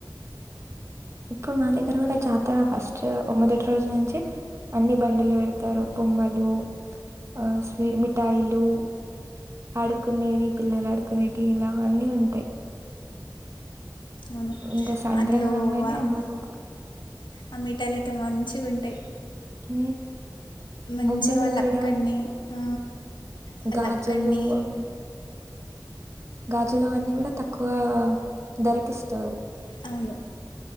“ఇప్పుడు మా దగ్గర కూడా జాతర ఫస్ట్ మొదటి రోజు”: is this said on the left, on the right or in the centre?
Right